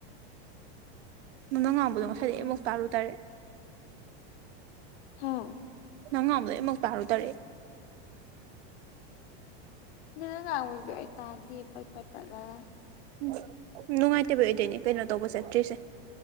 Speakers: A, on the right; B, on the left.
A: ꯅ ꯅꯪ ꯉꯥꯡꯕꯗꯣ
B: ꯑꯗꯨꯒꯤ
A: ꯉꯁꯥꯏꯗꯤ ꯑꯩꯃꯨꯛ ꯇꯥꯔꯨ ꯇꯥꯔꯦ
B: ꯍꯥꯥ
A: ꯅꯪꯉꯥ ꯂꯣꯏꯃꯨꯛ ꯇꯥꯔꯨꯗꯔꯦ
B: ꯅꯅ ꯉꯥꯡꯉꯨꯁꯨ ꯑꯩ ꯇꯥꯗꯦ ꯄꯠꯄ ꯇꯠꯂꯒ
A: ꯎ ꯅꯨꯡꯉꯥꯏꯇꯕꯩ ꯑꯣꯏꯗꯣꯏꯅꯦ ꯀꯩꯅꯣ ꯇꯧꯕ ꯆꯠꯇ꯭ꯔꯤꯁꯦ